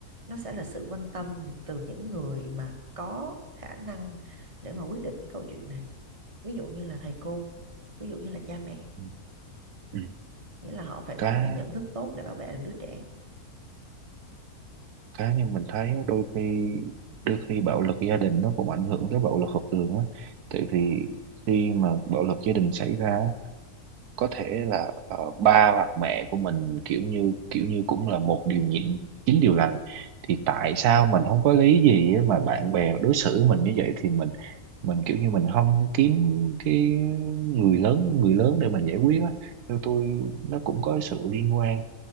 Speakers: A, on the right (about 25°); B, on the right (about 85°).
A: nó sẽ là sự quan tâm từ những người mà có khả năng để mà quyết định cái câu chuyện này ví dụ như là thầy cô ví dụ như là cha mẹ
B: ừ, ừ.
A: nghĩa là họ phải
B: cá
A: có một cái nhận thức tốt để bảo vệ được đứa trẻ
B: cá nhưng mình thấy á, đôi khi đôi khi bạo lực gia đình nó cũng ảnh hưởng tới bạo lực học đường á tại vì khi mà bạo lực gia đình xảy ra á, có thể là ờ, ba hoặc mẹ của mình kiểu như kiểu như cũng là một điều nhịn chín điều lành thì tại sao mình không có lý gì á mà bạn bè đối xử mình như vậy thì mình mình kiểu như mình không kiếm cái người lớn người lớn để mình giải quyết á theo tôi nó cũng có sự liên quan